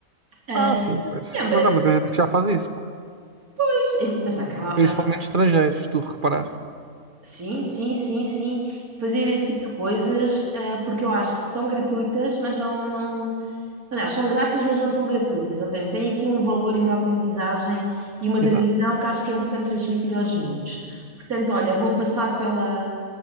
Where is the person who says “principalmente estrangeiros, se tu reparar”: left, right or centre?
Right